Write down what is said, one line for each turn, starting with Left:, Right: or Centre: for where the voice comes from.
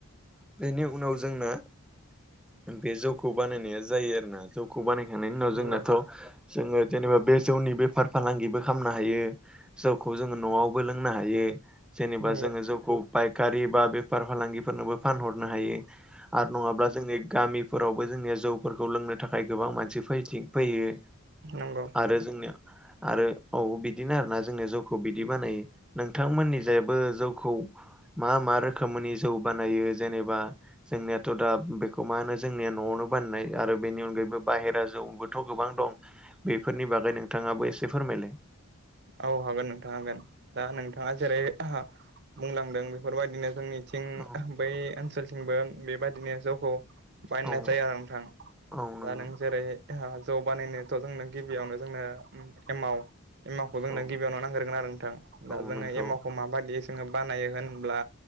Centre: बेनि उनाव जोंनो बे जौखौ बानायनाया जायो आरोना। जौखौ बानाय होननि उनाव
Right: नंगौ
Centre: जोंनाथ' जोंङो जेनेबा बे जौनि बेफार फालांगिबो खालामनो हायो जौखौ जोंङो न'आवबो लोंनो हायो। जेनेबा
Right: नंगौ नोंथां नंगौ
Centre: जोंङो जोंखौ फायखारि बा बेफार फालांगिफोरनोबो फानहरनो हायो। आरो नंङाब्ला जोंनि गामि फोरावबो जोंनिया जौफोरखौ लोंनो थाखाय गोबां मानसि फथि फैयो।
Right: नंगौ नंगौ
Centre: आरो जोंनिया आरो औ बिदिनो आरोोना जों जौखौ बिदि बानायो नोंथांमोननि जायबो जौखौ मा मा रोखोमनि जौ बानायो जेनेबा जोंनियाथ' दा बेखौ मा होनो जोंनिया न'आवनो बाननाय आरो बेनि अनगायैबो बाहेरा जौ थ' गोबां दं बेफोरनि
Right: नंगौ
Centre: बागै नोंथाङाबो एसे फोरमायलाय
Right: औ हागोन नोंथांङा हागोन दा नोंथांङा जेरै बुंलांदों बेफोरबायदिनो जोंनि थिं
Centre: औ
Right: बै ओनसोलथिंबो बेबादिनो जौखौ बायना
Centre: औ
Right: जाया आरो नोंथां
Centre: औ नंगौ
Right: दा नों जेरै जौ बानायनोथ' जोंनो गिबियावनो जोंनो एमाव एमावखौ जोंनो
Centre: औ
Right: गिबियावनो नांग्रोगोन आरो नोंथां दा
Centre: औ
Right: जोंङो
Centre: नंगौ
Right: एमावखौ माबायदि जोंङो बानायो होनब्ला